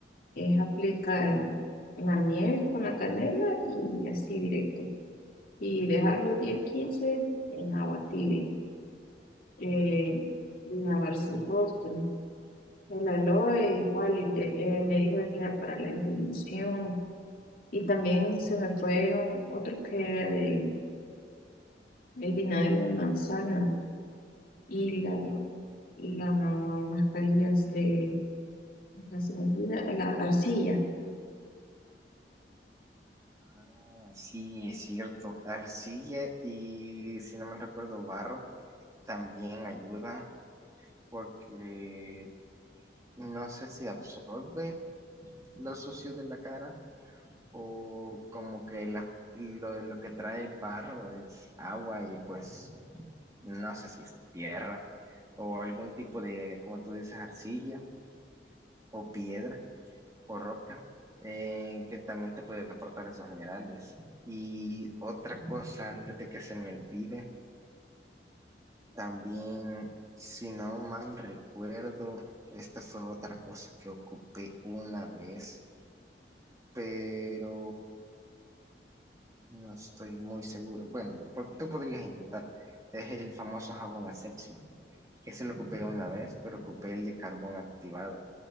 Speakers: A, on the left; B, on the right.
A: es aplicar la miel con la canela y así directo. Y dejarlo diez quince en agua tibia. eh, lavarse el rostro. El aloe igual de- eh, me dijo que era para la inflamación. Y también se me fueron otros que era de el vinagre de manzana y la, las mascarillas de ah, se me olvida, la arcilla.
B: Ah, sí, es cierto. Arcilla y, si no me recuerdo, barro también ayudan porque no sé si absorbe lo sucio de la cara o como que la- lo, lo que trae el barro es agua y pues no sé si es tierra o algún tipo de, como tú dices, arcilla o piedra. correcta, eh, que también te puede aportar esos minerales. Y otra cosa, antes de que se me olvide, también, si no mal recuerdo, esta fue otra cosa que ocupé una vez, pero no estoy muy seguro. Bueno, po- tú podrías intentar. Es el famoso jabón asepsia, que se lo ocupé una vez, pero ocupé el de carbón activado.